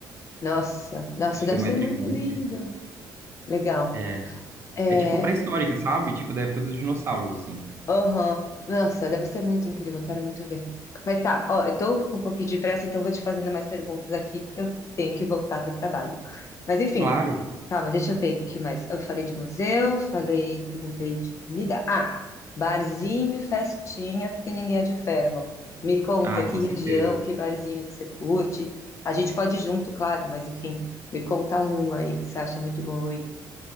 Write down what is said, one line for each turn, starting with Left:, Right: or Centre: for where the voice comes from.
Left: nossa, nossa,
Right: acho
Left: deve
Right: que um metro
Left: ser muito
Right: e vinte.
Left: lindo. Legal.
Right: É,
Left: É,
Right: é tipo pré-histórica, sabe? Tipo da época dos dinossauros, assim.
Left: Aham. Nossa, deve ser muito incrível, quero muito ver. Mas tá, ó, eu tô com um pouquinho de pressa, então eu vou te fazendo mais perguntas aqui, porque eu tenho que voltar pro trabalho. Mas enfim,
Right: Claro,
Left: calma, deixa eu ver o que mais. Eu falei de museu, falei, perguntei de comida. Ah, barzinho e festinha, porque ninguém é de ferro. Me conta
Right: ah,
Left: que
Right: com certeza.
Left: região, que barzinho que você curte. A gente pode ir junto, claro, mas enfim, me conta um aí que você acha muito bom eu ir.